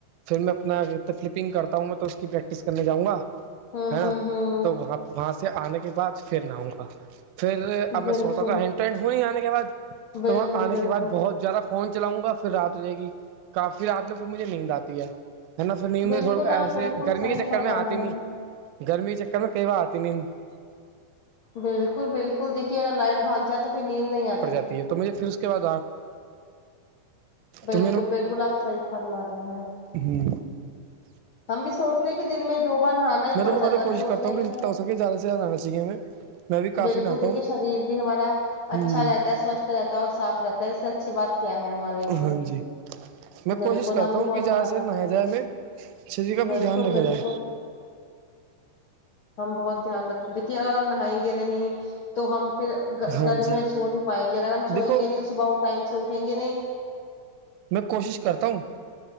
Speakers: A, on the right (about 80°); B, on the left (about 65°).
A: پھر میں اپنا فلپنگ کرتا ہوں میں تو اس کی پریکٹس کرنے جاؤں گا
B: ہوں
A: ہے نا
B: ہوں ہوں
A: تو وہاں وہاں سے آنے کے بعد پھر نہ آؤں گا پھر اب میں
B: بالکل
A: سوچتا تھا ہ ٹٹ ہو نہیں آنے کے بعد
B: بالکل
A: تو وہاں آنے
B: بالکل
A: کے بع بہت زیادہ فون چلاؤں گا پھر رات ہو جائے گی کافی رات نا پھر مجھے نیند آتی ہے ہے نا پھر نہیں مھے
B: بالکل
A: تھو
B: آپ
A: ایسے
B: بالکل
A: گرمی
B: صحیح
A: کے چکر
B: فرما
A: میں آتی
B: رہے
A: نہیں
B: ہیں
A: گرمی کے چکر میں کئی بار آتی نہیں
B: بالکل بالکل دیکھیے اگر لائٹ بھاگ جائے تو پھر نیند نہیں آتی
A: پڑ جاتی تو مجھے پھر اس کے بعد
B: بالکل
A: تو
B: بالکل آپ صحیح فرما رہے ہیں
A: ہی
B: ہم بھی سوچتے ہیں کہ دن میں دو بار نہانا ہی
A: میں
B: پڑ
A: تو
B: جاتا
A: مطلب
B: ہے
A: کوشش
B: ہم سوچتے
A: کرتا
B: ہیں
A: ہوں
B: کہ
A: جتنا
B: چلو
A: ہو سکے زیادہ سے زیادہ آنا چاہیے ہمیں میں بھی کافی
B: بالکل
A: نہاتا
B: دیکھیے
A: ہوں
B: شریر بھی ہمارا
A: ہوں
B: اچھا رہتا ہے سوستھ رہتا ہے اور صاف رہتا ہے اس سے اچھی بات کیا ہے ہمارے لیے
A: ہاں جی میں کوشش
B: بالکل
A: کرتا
B: ہم بھی
A: ہوں
B: بہت
A: کہ زیادہ
B: دھیان
A: سے
B: رکھتے
A: نہایا جائے
B: ہیں
A: ہمیں شریر کا اپنی
B: بالکل
A: دھیان رکھا
B: بالکل
A: جائے
B: ہم بہت دھیان رکھتے دیکے اگر ہم نہائ گے نہیں تو ہم پھر
A: ہاں
B: گر
A: جی
B: میں سو نہیں پائیں گے اگر ہم سوئیں
A: دیکھو
B: گے نہیں تو صبح اٹھ ٹائم سے اٹھیں گے نہیں
A: میں کوشش کرتا ہوں